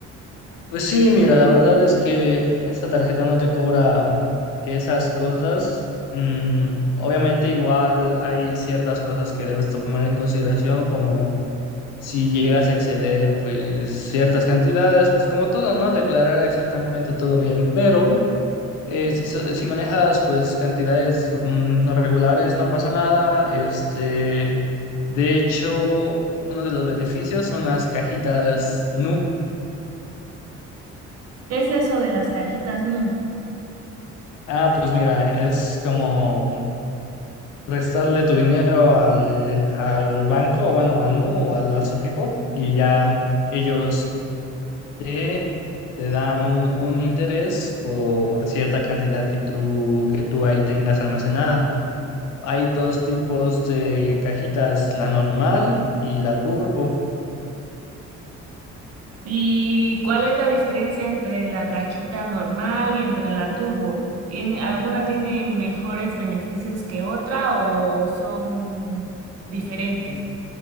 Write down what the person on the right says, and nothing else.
¿Qué es eso de las cajitas Nu?
¿Y cuál es la diferencia entre la cajita normal y entre la turbo? ¿Tiene, alguna tiene mejores beneficios que otra o son diferentes?